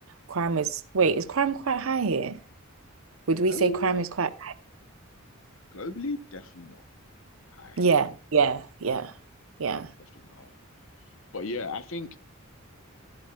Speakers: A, on the right (about 70°); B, on the left (about 65°).
A: crime is wait, is crime quite high here? Would we
B: oh
A: say crime is quite
B: globally, definitely not high.
A: yeah, yeah, yeah, yeah.
B: Definitely not high. But yeah, I think